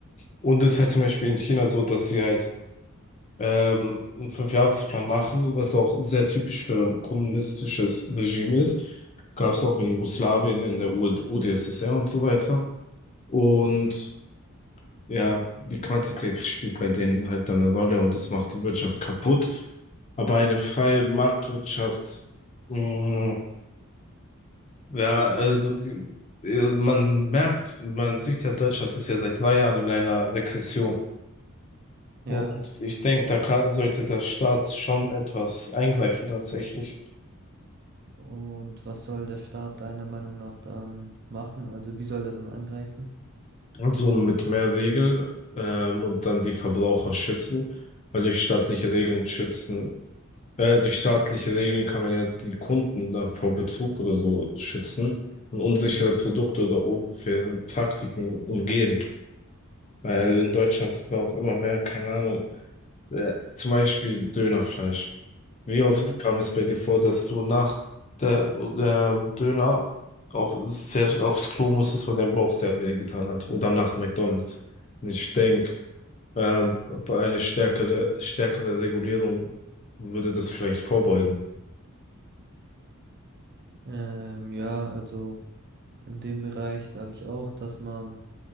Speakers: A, on the left; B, on the right.
A: Und es ist halt zum Beispiel in China so, dass sie halt ähm, einen Fünfjahresplan machen, was auch sehr typisch für ein kommunistisches Regime ist. Gab es auch in Jugoslawien, in der UD UdSSR und so weiter. Und ja, die Quantität spielt bei denen halt dann eine Rolle und das macht die Wirtschaft kaputt. Aber eine freie Marktwirtschaft, mh, Ja, also die, äh, man merkt, man sieht ja, Deutschland ist ja seit zwei Jahren in einer Rezession.
B: Ja,
A: Und ich denke, da kann, sollte der Staat schon etwas eingreifen tatsächlich.
B: und was soll der Staat deiner Meinung nach dann machen? Also wie soll er dann angreifen?
A: Und so mit mehr Regeln ähm, und dann die Verbraucher schützen, weil durch staatliche Regeln schützen, äh, durch staatliche Regeln kann man ja die Kunden dann vor Betrug oder so schützen und unsichere Produkte oder unfaire Praktiken umgehen. Weil in Deutschland sieht man auch immer mehr, keine Ahnung, Äh, zum Beispiel Dönerfleisch. Wie oft
B: Mhm.
A: kam es bei dir vor, dass du nach der äh, Döner auf, sehr, aufs Klo musstest, weil dein Bauch sehr weh getan hat? Oder nach McDonald's? Und ich denke, ähm, bei einer stärkere, stärkere Regulierung würde das vielleicht vorbeugen.
B: Ähm, ja, also in dem Bereich sage ich auch, dass man